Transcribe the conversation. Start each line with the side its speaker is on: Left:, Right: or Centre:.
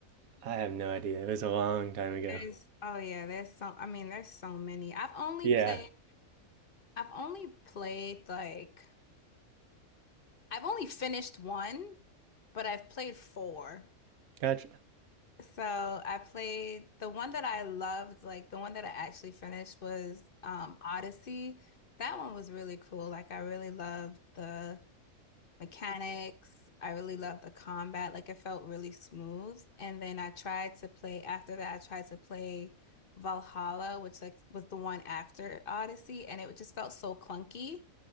Right: I have no idea. It was a long time ago.
Left: There's oh yeah, there's so I mean there's so many. I've only
Right: Yeah.
Left: played I've only played like I've only finished one, but I've played four.
Right: Gotcha.
Left: So I played the one that I loved, like the one that I actually finished was um Odyssey. That one was really cool. Like I really loved the mechanics. I really loved the combat. Like it felt really smooth. And then I tried to play after that, I tried to play Valhalla, which like was the one after Odyssey, and it just felt so clunky.